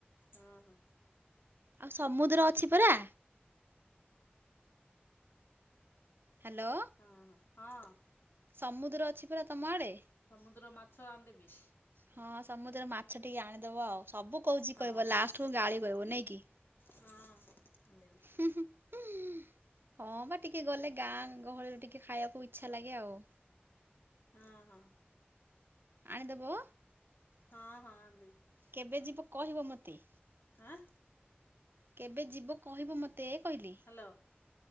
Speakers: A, on the left (about 65°); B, on the right (about 60°).
A: ହଁ ହଁ
B: ଆଉ ସମୁଦ୍ର ଅଛି ପରା ହ୍ୟାଲୋ
A: ହଁ ହଁ ହଁ
B: ସମୁଦ୍ର ଅଛି ପରା ତମ ଆଡେ
A: ସମୁଦ୍ର ମାଛ ଆଣିଦେବି
B: ହଁ ସମୁଦ୍ର ମାଛ ଟିକେ ଆଣିଦବ ଆଉ ସବୁ କହୁଛି
A: ହଁ
B: କହିବ
A: ହଁ
B: ଲାଷ୍ଟ
A: ଆଣିଦେବି
B: କୁ ଗାଳି କହିବ ନାଇ କି
A: ହଁ ଆଣିଦେବି।
B: ହୁଁ ହୁଁ ହଁ ବା ଟିକେ ଗଲେ ଗାଁ ଗହଳିରେ ଟିକେ ଖାଇବାକୁ ଇଚ୍ଛା ଲାଗେ ଆଉ
A: ହଁ ହଁ
B: ଆଣିଦବ
A: ହଁ ହଁଆଣିଦେଵି
B: କେବେ ଯିବ କହିବ ମୋତେ
A: ଆଁ
B: କେବେ ଯିବ କହିବ ମତେ ଏ କହିଲି
A: ହ୍ୟାଲୋ